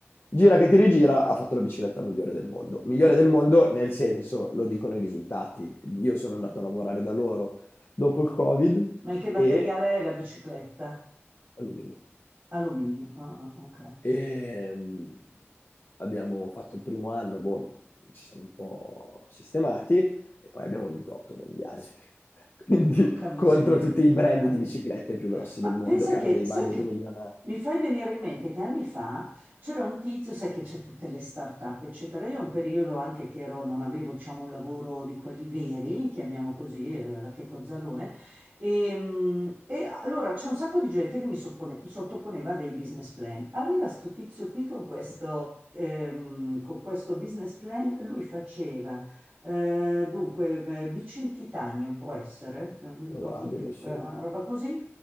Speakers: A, on the left; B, on the right.
A: Gira che ti rigira, ha fatto la bicicletta migliore del mondo. Migliore del mondo nel senso, lo dicono i risultati. Io sono andato
B: Ah.
A: a lavorare da loro dopo il Covid
B: Ma in che materiale
A: e
B: è la bicicletta?
A: alluminio.
B: Alluminio. Ah, ah, ok.
A: E, mh, abbiamo fatto il primo anno, boh, ci siamo un po' sistemati e poi abbiamo vinto otto mondiali. <laughs> Quindi
B: Porca miseria,
A: contro tutti i
B: che
A: brand
B: bello.
A: di biciclette più grossi
B: Ma
A: del mondo
B: pensa
A: che hanno
B: che,
A: dei
B: sai
A: budget
B: che
A: milionari.
B: mi fai venire in mente che anni fa c'era un tizio, sai che c'è tutte le start-up, eccetera. Io un periodo anche che ero, non avevo, diciamo, un lavoro di quelli veri, chiamiamo così, eh, la che cozzalone. E, mm, e allora c'è un sacco di gente che mi soppone- sottoponeva a dei business plan. Arriva sto tizio qui con questo, ehm, con questo business plan, lui faceva. eh, dunque, eh, bici in titanio può essere, non mi ricordo
A: Probabile,
B: più,
A: sì.
B: eh, una roba così,